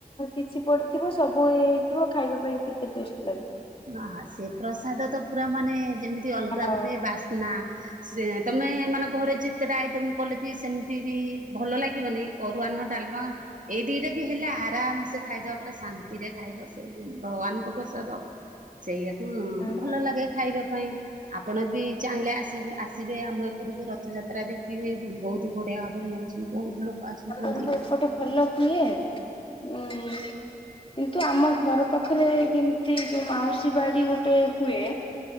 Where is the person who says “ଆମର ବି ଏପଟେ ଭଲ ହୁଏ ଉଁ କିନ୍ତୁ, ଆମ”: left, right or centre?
Left